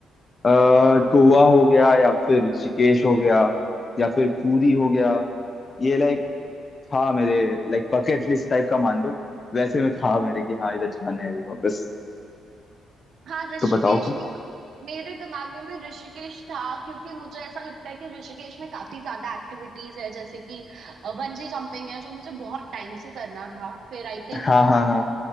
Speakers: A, on the left; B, on the right.
A: अह गोवा हो गया या फिर ऋषिकेश हो गया या फिर पुरी हो गया ये लाइक था मेरे लाइक बकेट लिस्ट टाइप का मान लो वैसे में था मेरे कि हाँ इधर जाना है अभी वापस
B: हाँ ऋषिकेश
A: तो बताओ
B: even मेरे दिमाग में भी ऋषिकेश था क्योंकि मुझे ऐसा लगता है कि ऋषिकेश में काफी ज्यादा एक्टिविटीज है जैसे कि बंजी जंपिंग है जो मुझे बहुत टाइम से करना था फिर आई थिंक
A: हाँ हाँ हाँ